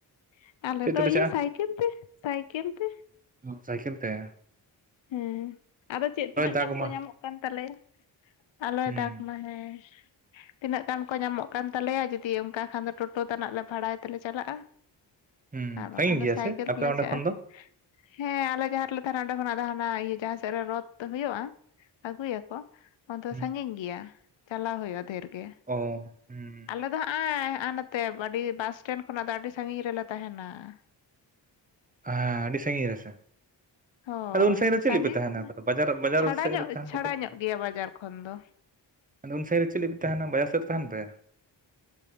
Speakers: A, on the left; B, on the right.
A: ᱾ ᱟᱞᱮ
B: ᱪᱮᱫ ᱛᱮᱯᱮ
A: ᱫᱚ
B: ᱪᱟᱞᱟᱜᱼᱟ
A: ᱤᱭᱟᱹ ᱥᱟᱭᱠᱮᱞ ᱛᱮ ᱥᱟᱭᱠᱮᱞ ᱛᱮ ᱾
B: ᱚ ᱥᱟᱭᱠᱮᱞ ᱛᱮ ᱾
A: ᱦᱮᱸ, ᱟᱫᱚ ᱪᱮᱫ ᱛᱤᱱᱟᱹᱜ
B: ᱫᱟᱜᱽ
A: ᱜᱟᱱ ᱠᱚ
B: ᱢᱟ
A: ᱧᱟᱢᱚᱜ ᱠᱟᱱ ᱛᱟᱞᱮᱭᱟ ᱾ ᱟᱞᱚᱭ
B: ᱦᱩᱸ
A: ᱫᱟᱜ ᱢᱟ, ᱦᱮᱸ ᱾ ᱛᱤᱱᱟᱹᱜ ᱜᱟᱱ ᱠᱚ ᱧᱟᱢᱚᱜ ᱠᱟᱱ ᱛᱟᱞᱮᱭᱟ, ᱡᱩᱫᱤ ᱚᱱᱠᱟ ᱠᱷᱟᱱ ᱫᱚ ᱴᱳᱴᱳ ᱛᱟᱱᱟᱜ ᱞᱮ ᱵᱷᱟᱲᱟᱭ ᱛᱮᱞᱮ ᱪᱟᱞᱟᱜᱼᱟ ᱾
B: ᱦᱩᱸ
A: ᱟᱨ ᱵᱟᱠᱷᱟᱱ
B: ᱥᱟᱺᱜᱤᱧ ᱜᱮᱭᱟ
A: ᱫᱚ ᱥᱟᱭᱠᱮᱞ
B: ᱥᱮ ᱟᱯᱮ
A: ᱛᱮᱞᱮ
B: ᱚᱸᱰᱮ
A: ᱪᱟᱜ-ᱟ
B: ᱠᱷᱚᱱ ᱫᱚ
A: ᱾ ᱦᱮᱸ ᱟᱞᱮ ᱡᱟᱦᱟᱸ ᱨᱮᱞᱮ ᱛᱟᱦᱮᱱᱟ ᱚᱸᱰᱮ ᱠᱷᱚᱱᱟᱜ ᱦᱟᱱᱟ ᱤᱭᱟᱹ ᱡᱟᱦᱟᱸ ᱥᱮᱫ ᱨᱮ ᱨᱚᱫ ᱦᱩᱭᱩᱜᱼᱟ ᱟᱹᱜᱩᱭᱟᱠ ᱚ ᱾ᱚᱱᱟ ᱫᱚ
B: ᱦᱩᱸ
A: ᱥᱟᱺᱜᱤᱧ ᱜᱮᱭᱟ ᱪᱟᱞᱟᱣ ᱦᱩᱭᱩᱜᱼᱟ ᱫᱷᱮᱨ ᱜᱮ ᱾
B: ᱚᱻ, ᱦᱩᱸ ᱾
A: ᱟᱞᱮ ᱫᱚ ᱦᱟᱸᱜᱼᱟᱭ ᱦᱟᱜ-ᱟ ᱱᱟᱛᱮ ᱟᱹᱰᱤ ᱵᱟᱥ ᱥᱴᱮᱱᱰ ᱠᱷᱚᱱᱟᱜ ᱫᱚ ᱟᱹᱰᱤ ᱥᱟᱺᱜᱤᱧ ᱨᱮᱞᱮ ᱛᱟᱦᱮᱱᱟ ᱾
B: ᱦᱟᱸ, ᱟᱹᱰᱤ ᱥᱟᱹᱜᱤ ᱨᱮᱥᱮ <inaudible>
A: ᱦᱳᱭ
B: ᱟᱫᱚ ᱩᱱ ᱥᱟᱺᱜᱤᱱ ᱨᱮ ᱪᱮᱫ
A: ᱥᱟᱺᱜᱤᱧ
B: ᱞᱟᱹᱜᱤ ᱯᱮ ᱛᱟᱦᱮᱱᱟ? ᱵᱟᱡᱟᱨ, ᱵᱟᱡᱟᱨ
A: ᱪᱷᱟᱲᱟ
B: ᱥᱮᱫ
A: ᱧᱚᱜ
B: ᱨᱮ ᱛᱟᱦᱮᱱ
A: ᱪᱷᱟᱲᱟ
B: ᱵᱟᱯᱮ <inaudible>
A: ᱧᱚᱜ ᱜᱮᱭᱟ ᱵᱟᱡᱟᱨ ᱠᱷᱚᱱ ᱫᱚ
B: ᱟᱫᱚ ᱩᱱ ᱥᱟᱺᱜᱤᱧ ᱨᱮ ᱪᱮᱫ ᱞᱟᱹᱜᱤᱫ ᱯᱮ ᱛᱟᱦᱮᱱᱟ? ᱵᱟᱡᱟᱨ ᱥᱮᱫ ᱨᱮ ᱛᱟᱦᱮᱱ ᱯᱮ ᱾